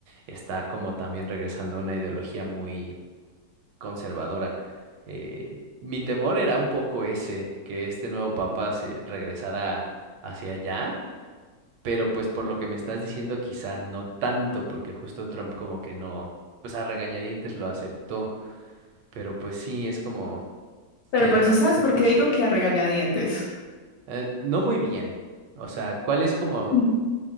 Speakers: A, on the right (about 75°); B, on the left (about 70°).
A: está como también regresando a una ideología muy conservadora. Eh, mi temor era un poco ese, que este nuevo papa se regresara hacia allá, pero pues por lo que me estás diciendo quizá no tanto porque justo Trump como que no, pues a regañadientes lo aceptó. Pero pues sí, es como
B: Pero,
A: medio
B: pero
A: raro
B: sí sabes
A: en ese
B: por
A: aspecto.
B: qué digo que a regañadientes.
A: Eh, no muy bien. O sea, ¿cuál es como...
B: Mm,